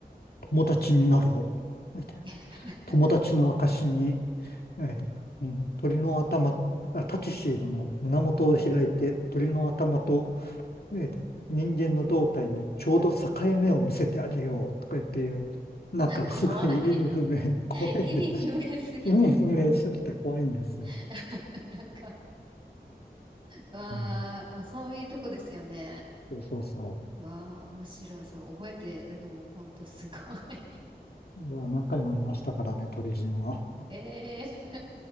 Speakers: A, on the left (about 65°); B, on the right (about 30°).
A: 友達になろう。
B: <laughs>
A: 友達の証に、えっと、この鳥の頭、あ、タキシードの胸元を開いて、鳥の頭とねえーと、人間の胴体のちょうど境目を見せてあげようとか言っていう、なんかすごい意味不明、
B: 怖い。
A: 怖いんで、
B: 意味不明すぎる。
A: <laughs> 意味不明すぎて怖いんですよ。
B: <laughs> なんか、わー、
A: うん、
B: まあ、そういうとこですよね。
A: そうそうそ
B: わー、面白い。そう、覚えてるのもほんとすごい。
A: う。いや、何回も見ましたからね、鳥人は。
B: <laughs> えー、